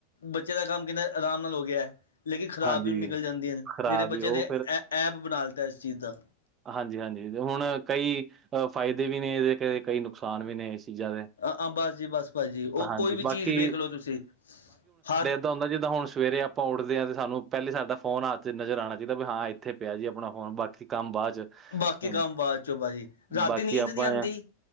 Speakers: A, on the left; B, on the right.
A: ਬੱਚੇਆਂ ਦਾ ਕੰਮ ਕਿੰਨਾ ਅਰਾਮ ਨਾਲ ਹੋ ਗਿਆ। ਲੇਕਿਨ ਖਰਾਬ
B: ਹਾਂਜੀ
A: ਵੀ ਨਿਕਲ ਜਾਂਦੀਆਂ ਨ,
B: ਖਰਾਬ
A: ਜੇੜੇ ਬੱਚੇਆਂ
B: ਹੀ ਉਹ
A: ਨੇ ਐ ਐਪ ਬਨਾ ਲਿਤਾ ਇਸ ਚੀਜ ਦਾ।
B: ਹਾਂਜੀ-ਹਾਂਜੀ, ਹੁਣ ਕਈ ਫਾਇਦੇ ਵੀ ਨੇ ਇਦੇ, ਕਈ ਨੁਕਸਾਨ ਵੀ ਨੇ ਇਸ ਚੀਜਾਂ ਦੇ।
A: ਆ ਬਸ ਜੀ ਬਸ ਭਾਜੀ, ਓ
B: ਹਾਂਜੀ
A: ਕੋਈ ਵੀ
B: ਬਾਕੀ
A: ਚੀਜ਼ ਵੇਖਲੋ ਤੂਸੀ ਹ
B: ਐਦਾਂ ਹੁੰਦਾ ਜਿੱਦਾਂ ਹੁਣ ਸਵੇਰੇ ਆਪਾਂ ਉਠਦੇ ਹਾਂ, ਤੇ ਸਾਨੂੰ ਪ੍ਹੈਲੇ ਸਾਡਾ ਫੋਨ ਹਥ ਚ ਨਜਰ ਆਣਾ ਚਾਈਦਾ ਵੀ ਹਾਂ ਇੱਥੇ ਪਿਆ ਜੀ, ਆਪਣਾ ਫੋਨ ਬਾਕੀ ਕੰਮ ਬਾਅਦ ਚ।
A: ਬਾਕੀ
B: ਅਮ,
A: ਕੰਮ ਬਾਅਦ ਚ ਭਾਅ ਜੀ, ਰਾਤੀ
B: ਬਾਕੀ
A: ਨੀਂਦ
B: ਆਪਾਂ
A: ਨੀ ਆਂਦੀ,